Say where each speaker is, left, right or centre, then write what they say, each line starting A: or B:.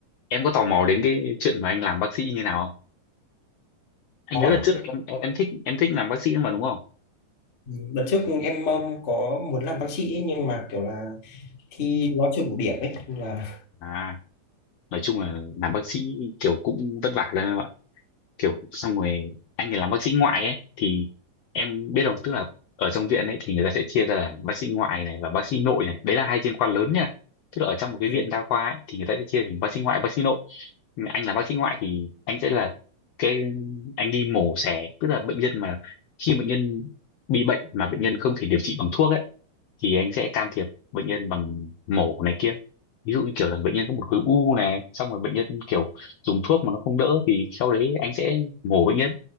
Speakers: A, on the left (about 80°); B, on the left (about 50°).
A: em có tò mò đến cái chuyện mà anh làm bác sĩ như nào không anh
B: có
A: nhớ là trước em, em em thích em thích làm bác sĩ mà đúng không
B: Ừ, đợt trước em ờ, có muốn làm bác sĩ ấy, nhưng mà kiểu là thi nó chưa đủ điểm ấy nên là
A: à nói chung là làm bác sĩ kiểu cũng vất vả lắm em ạ kiểu xong rồi anh thì làm bác sĩ ngoại ấy thì em biết không tức là ở trong viện ấy thì người ta sẽ chia ra là bác sĩ ngoại này và bác sĩ nội này đấy là hai chuyên khoa lớn nha tức là ở trong một cái
B: Ừ,
A: viện đa khoa ấy, thì người ta sẽ chia thành bác sĩ ngoại bác sĩ nội Nhưng mà anh làm bác sĩ ngoại thì anh sẽ là cái anh đi mổ xẻ tức là bệnh nhân mà khi bệnh nhân bị bệnh mà bệnh nhân không thể điều trị bằng thuốc ấy thì anh sẽ can thiệp bệnh nhân bằng mổ này kia ví dụ như kiểu là bệnh nhân có một khối u này xong rồi bệnh nhân kiểu dùng thuốc mà nó không đỡ thì sau đấy anh sẽ mổ bệnh nhân